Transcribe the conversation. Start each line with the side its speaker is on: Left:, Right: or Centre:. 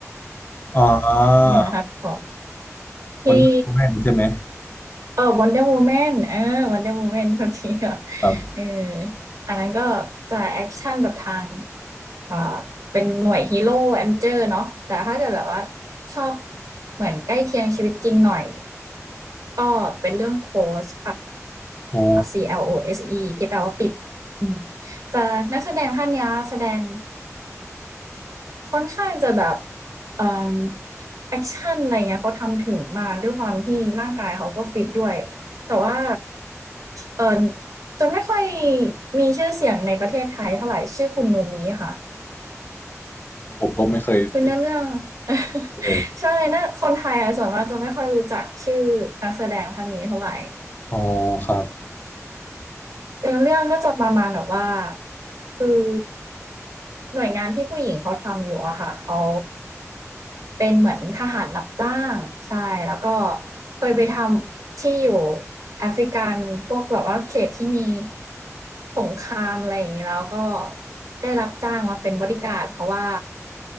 Left: อ่า
Right: เนี่ยนะคะขอ
Left: วันแมนใช่ไหม
Right: ที่เออวันเดอร์วูแมนเออวันเดอร์วูแมนทันทีค่ะ
Left: ครับ
Right: เอออันนั้นก็จะแอคชั่นแบบทางอ่าเป็นหน่วยฮีโร่แอนเจอร์เนาะแต่ถ้าเกิดแบบว่าชอบเหมือนใกล้เคียงชีวิตจริงหน่อยก็เป็นเรื่องโคสค่ะ
Left: อ๋อ
Right: C L O S E ที่แปลว่าปิดอืมจะนักแสดงท่านเนี้ยแสดง ค่อนข้างจะแบบเอ่อแอกชันอะไรเงี้ยเขาทำถึงมากด้วยความที่ร่างกายเขาก็ฟิตด้วยแต่ว่าเอ่อจะไม่ค่อยมีชื่อเสียงในประเทศไทยเท่าไรชื่อคุณโนมิค่ะ
Left: ผมก็ไม่เคยได้
Right: คือเนื้อเรื่อง <laughs>
Left: ดเลย
Right: ใช่น่าคนไทยอะส่วนมากจะไม่ค่อยรู้จักชื่อนักแสดงท่านนี้เท่าไร
Left: อ๋อครับ
Right: เนื้อเรื่องก็จะประมาณแบบว่าคือหน่วยงานที่ผู้หญิงเขาทำอยู่อะค่ะเขาเป็นเหมือนทหารรับจ้างใช่แล้วก็เคยไปทำที่อยู่แอฟริกันพวกแบบว่าเขตที่มีสงครามอะไรอย่างนี้แล้วก็ได้รับจ้างมาเป็นบอดี้การ์ดเพราะว่า